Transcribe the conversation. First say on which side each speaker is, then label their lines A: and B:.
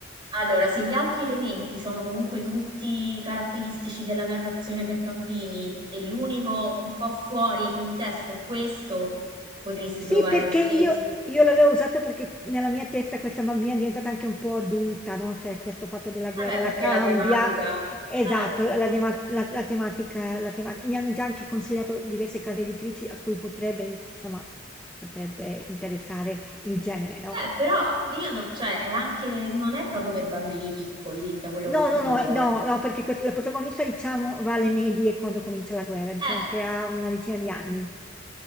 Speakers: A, on the right; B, in the centre.
A: Allora, se gli altri elementi sono comunque tutti caratteristici della narrazione per bambini e l'unico un po' fuori contesto è questo, potresti
B: Sì,
A: provare
B: perché
A: lo stesso.
B: io, io l'avevo usato perché nella mia testa questa bambina è diventata anche un po' adulta, no? Cioè, questo fatto della guerra
A: Vabbè,
B: la
A: perché
B: cambia.
A: la tematica,
B: Esatto,
A: certo.
B: la, la dema- la- la tematica, la tematica. Mi hanno già anche consigliato diverse case editrici a cui potrebbe, insomma, potrebbe interessare il genere, no?
A: Beh, però io non, cioè, è anche, non è proprio per bambini piccoli, da quello che
B: No,
A: ho capito.
B: no, no, eh, no, no, perché que- la protagonista, diciamo, va alle medie quando comincia la guerra, diciamo
A: Eh.
B: che ha una decina di anni.